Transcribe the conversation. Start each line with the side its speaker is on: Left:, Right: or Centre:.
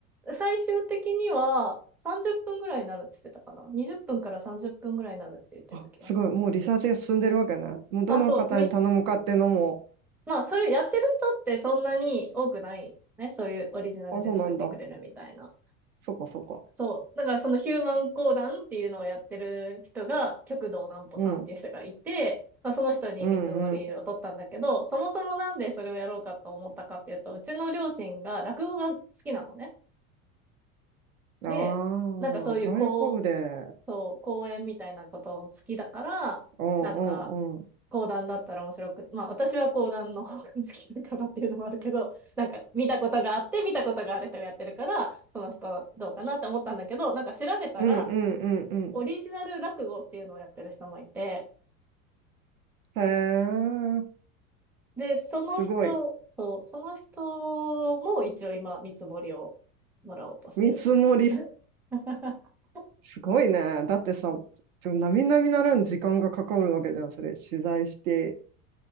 Centre: 最終的には30分ぐらいになるって言ってたかな ?20 分から30分ぐらいになるって言ってた気がするな。
Right: あ、すごい。もうリサーチが進んでるわけね。もうどの方に頼むかっていうのも、
Centre: あ、そう、み、まあ、それやってる人ってそんなに多くないね。そういうオリジナルで作ってくれるみたいな。
Right: あ、そうなんだ。そっかそっか。
Centre: そう。だからそのヒューマン講談っていうのをやってる人が、極道南歩さんっていう人がいて、
Right: うん。
Centre: まあ、その人に見積もりを取ったんだけど、
Right: うんう
Centre: そもそもなんでそれをやろうかと思ったかっていうと、うちの両親が落語が好きなのね。
Right: ん。
Centre: で、
Right: ああ、
Centre: なんかそういうこう、
Right: それは喜ぶで。
Centre: そう、講演みたいなことを好きだから、
Right: うんうんうん。
Centre: なんか、講談だったら面白く、まあ私は講談の方が好きだからっていうのもあるけど、なんか見たことがあって、見たことがある人がやってるから、その人どうかなって思ったんだけど、なんか調べたら、
Right: うんうんうんうん。
Centre: オリジナル落語っていうのをやってる人もいて、
Right: へえ。
Centre: で、その人、
Right: すごい。
Centre: そう、その人も一応今、見積もりをもらおうとしてる。
Right: 見積もり。
Centre: <laughs>
Right: すごいね。だってさ、ちょ並々ならぬ時間がかかるわけじゃん、それ。取材して、